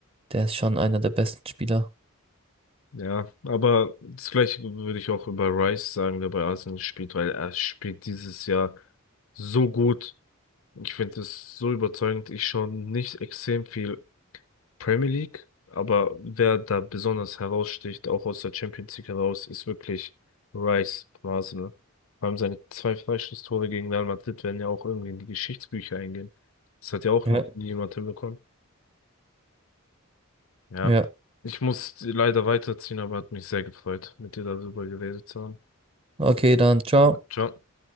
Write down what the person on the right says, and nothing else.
der ist schon einer der besten Spieler.
Ja.
Ja,
okay, dann ciao.